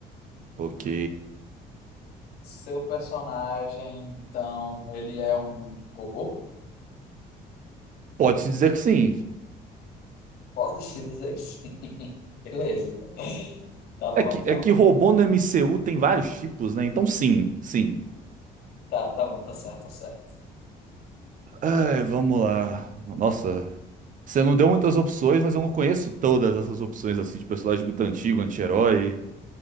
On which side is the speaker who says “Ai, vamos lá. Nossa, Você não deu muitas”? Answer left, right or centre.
Right